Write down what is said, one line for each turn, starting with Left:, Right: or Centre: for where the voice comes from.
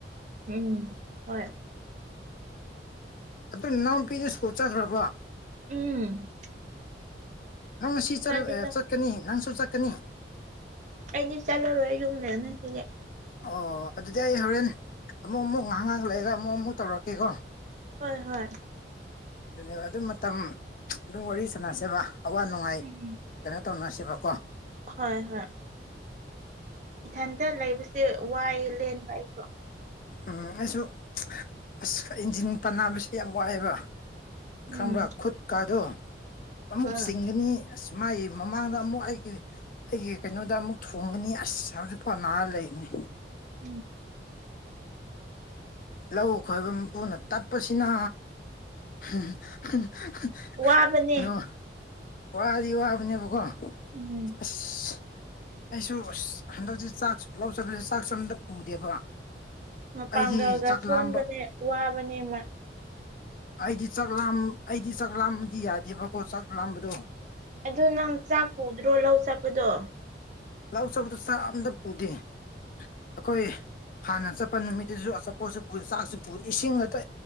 Right: ꯎꯝ ꯍꯣꯏ꯫
Left: ꯑꯗꯨ ꯅꯥꯎꯄꯤꯗꯨ ꯁ꯭ꯀꯣꯜ ꯆꯠꯈ꯭ꯔꯕ꯭ꯔ?
Right: ꯎꯝ꯫
Left: ꯅꯪ ꯉꯁꯤ ꯆꯜꯑꯦ
Right: ꯃꯥꯗꯤ
Left: ꯆꯠꯀꯅꯤ ꯅꯪꯁꯨ ꯆꯠꯀꯅꯤ꯫
Right: ꯑꯩꯗꯤ ꯆꯠꯂꯔꯣꯏ ꯌꯨꯝ ꯂꯩꯔꯅꯤ ꯉꯁꯤꯗꯤ꯫
Left: ꯑꯣ ꯑꯗꯨꯗꯤ ꯑꯩ ꯍꯣꯔꯦꯟ ꯑꯃꯨꯛ ꯑꯃꯨꯛ ꯉꯥꯍꯥꯛ ꯉꯍꯥꯛ ꯂꯩꯔ ꯑꯃꯨꯛ ꯑꯃꯨꯛ ꯇꯧꯔꯛꯀꯦꯀꯣ꯫
Right: ꯍꯣꯏ ꯍꯣꯏ꯫
Left: ꯗꯨꯅꯦꯕ ꯑꯗꯨ ꯃꯇꯝ ꯑꯗꯨ ꯋꯥꯔꯤ ꯁꯥꯅꯁꯦꯕ ꯑꯋꯥ ꯅꯨꯡꯉꯥꯏ꯫
Right: ꯎꯝ
Left: ꯀꯩꯅꯣ ꯇꯧꯅꯁꯦꯕꯀꯣ꯫
Right: ꯍꯣꯏ ꯍꯣꯏ ꯏꯊꯟꯇ ꯂꯩꯕꯁꯦ ꯋꯥꯏ ꯂꯦꯟꯕ ꯑꯩꯁꯨ꯫
Left: ꯎꯝ ꯑꯩꯁꯨ ꯑꯁ ꯏꯟꯖꯤꯟ ꯄꯅꯥꯝ ꯁꯦꯝꯃꯣ ꯋꯥꯏꯕ꯫
Right: ꯎꯝ
Left: ꯈꯪꯕ꯭ꯔꯥ ꯈꯨꯠ ꯀꯥꯗꯣ ꯑꯃꯨꯛ
Right: ꯑꯥ
Left: ꯆꯤꯡꯒꯅꯤ꯫ ꯑꯁ ꯃꯥꯏ ꯃꯃꯥꯡꯗ ꯑꯃꯨꯛ ꯑꯩꯒꯤ ꯑꯩꯒꯤ ꯀꯩꯅꯣꯗ ꯑꯃꯨꯛ ꯊꯣꯡꯒꯅꯤ ꯑꯁ ꯍꯧꯖꯤꯛꯄꯣ ꯅꯥ ꯂꯩꯅꯤ꯫
Right: ꯎꯝ꯫
Left: ꯂꯧ ꯈꯣꯏꯕ ꯃꯄꯨꯅ ꯇꯞꯄꯁꯤꯅ <unintelligible>
Right: ꯋꯥꯕꯅꯦ
Left: ꯅꯣ ꯋꯥꯗꯤ ꯋꯥꯕꯅꯦꯕꯀꯣ
Right: ꯎꯝꯝ꯫
Left: ꯑꯁ ꯑꯩꯁꯨ ꯑꯁ ꯍꯟꯗꯛꯆꯦ ꯆꯥꯛ ꯂꯧꯆꯠꯄꯁꯦ ꯆꯥꯛꯁꯨ ꯑꯝꯇ ꯄꯨꯗꯦꯕ꯫
Right: ꯃꯄꯥꯡꯒꯜꯒ
Left: ꯑꯩꯗꯤ ꯆꯥꯛ
Right: ꯁꯣꯟꯕꯅꯦ
Left: ꯂꯥꯝꯕ
Right: ꯋꯥꯕꯅꯦ ꯃꯥ
Left: ꯑꯩꯗꯤ ꯆꯥꯛ ꯂꯥꯝ ꯑꯩꯗꯤ ꯆꯥꯛ ꯂꯥꯝꯕꯗꯤ ꯌꯥꯗꯦꯕꯀꯣ ꯆꯥꯛ ꯂꯥꯝꯕꯗꯨ꯫
Right: ꯑꯗꯨ ꯅꯪ ꯆꯥꯛ ꯄꯨꯗ꯭ꯔꯣ ꯂꯧ ꯆꯠꯄꯗꯣ?
Left: ꯂꯧ ꯆꯕꯗꯨ ꯆꯥꯛ ꯑꯝꯗ ꯄꯨꯗꯦ ꯑꯈꯣꯏ ꯍꯥꯟꯅ ꯆꯠꯄ ꯅꯨꯃꯤꯠꯇꯨꯖꯨ ꯑꯆꯥꯄꯣꯠꯖꯨ ꯄꯨ ꯆꯥꯛꯁꯨ ꯄꯨ ꯏꯁꯤꯡ ꯉꯛꯇ